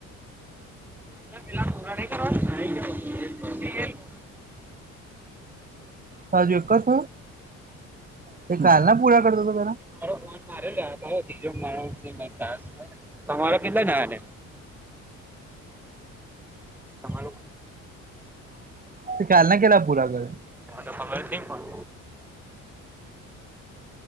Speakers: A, in the centre; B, on the right.
A: કેમ ભીલાડ ઉઘરાણી કરવા.
B: સાજુ એક છ તે કાલ ના પૂરા કરતો તો તરા.
A: મારો ફોન મારેલો તીજો મા ટાસ્ક તમારો કેટલા જણા છે. તમા લોકો
B: તે કાલના ના કેલા પુરા કરે.
A: મને તો ખબર જ નઈ પણ.